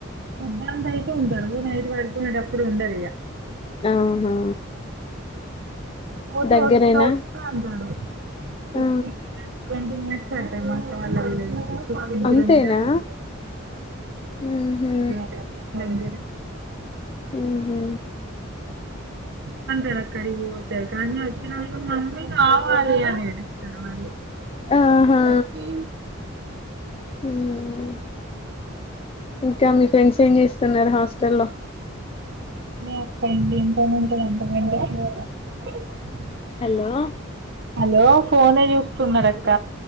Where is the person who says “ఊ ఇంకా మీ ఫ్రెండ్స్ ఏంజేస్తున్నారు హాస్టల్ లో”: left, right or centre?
Left